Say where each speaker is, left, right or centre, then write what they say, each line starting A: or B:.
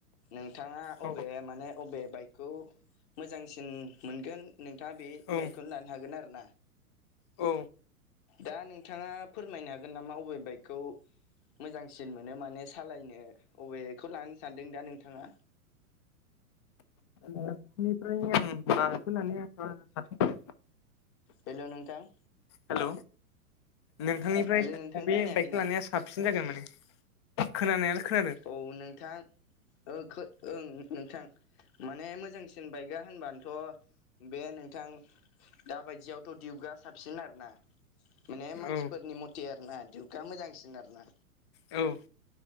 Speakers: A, on the left; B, on the left.
A: नोंथाङा
B: औ
A: अबे माने अबे बाइकखौ मोजांसिन मोनगोन नोंथाङा बे
B: औ
A: बाइकखौनो लानो हागोन आरो ना।
B: औ।
A: दा नोंथाङा फोरमायनो हागोन नामा अबे बाइकखौ मोजांसिन मोनो माने सालायनो अबेखौ लानो सानदों दा नोंथाङा।
B: ओ बिनिफ्राय आं गाखोनानै साबसिन
A: हेल' नोंथां।
B: हेल' नोंथांनिफ्राय
A: हेल' नोंथां
B: अबे
A: खोनायाखै
B: बाइकखौ
A: नामा
B: लानाया सा साबसिन जागोन माने खोनानायालाय खोनादों।
A: औ नोंथां ओ खो ओं नोंथां। माने मोजांसिन बाइकआ होनबानोथ' बे नोंथां। दा बायदियावथ' दिउगआ साबसिन आरोना। माने मानसिफोरनि
B: औ
A: मथे आरोना दिउगआ मोजांसिन आरो ना।
B: औ